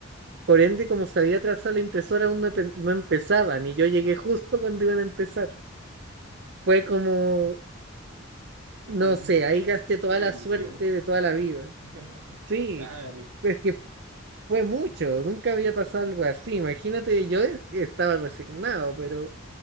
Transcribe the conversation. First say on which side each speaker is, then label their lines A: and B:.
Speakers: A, on the right; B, on the right.
A: Por ende, como se había atrasado la impresora, aún no, empe- no empezaban y yo llegué justo cuando iban a empezar. Fue como,
B: Fue
A: no
B: como un-
A: sé, ahí gasté
B: una
A: toda
B: bendición.
A: la suerte de toda la vida.
B: <laughs>
A: Sí,
B: Claro.
A: es que fue mucho, nunca había pasado algo así. Imagínate, yo es- estaba resignado, pero,